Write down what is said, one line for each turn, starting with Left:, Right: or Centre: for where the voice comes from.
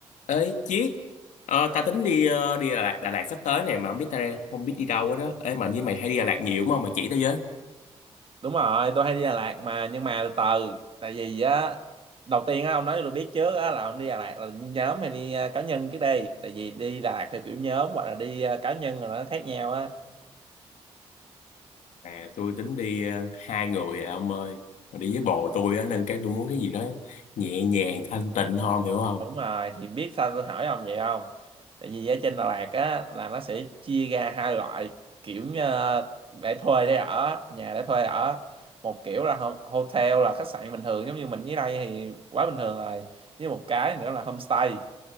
Left: Ê Chiết ờ, tao tính đi ờ, đi Đà Lạt Đà Lạt sắp tới này mà không biết ta đang không biết đi đâu hết đó Ê mà như mày hay đi Đà Lạt nhiều mà mày chỉ tao với
Right: đúng rồi tôi hay đi Đà Lạt mà nhưng mà từ từ tại vì á đầu tiên á ông nói cho tôi biết trước á là ông đi Đà Lạt là đi nhóm hay đi à, cá nhân trước đây tại vì đi Đà Lạt theo kiểu nhóm hoặc là đi à, cá nhân là nó khác nhau á
Left: à, tôi tính đi ờ, hai người à, ông ơi mà đi với bồ tôi á nên cái tôi muốn cái gì đó nhẹ nhàng thanh tịnh hơn hiểu không
Right: đúng rồi thì biết sao tôi hỏi ông vậy không tại vì ở trên Đà Lạt á là nó sẽ chia ra hai loại kiểu như để thuê để ở nhà để thuê ở một kiểu là ho- hotel là khách sạn bình thường giống như mình dưới đây thì quá bình thường rồi với một cái nữa là homestay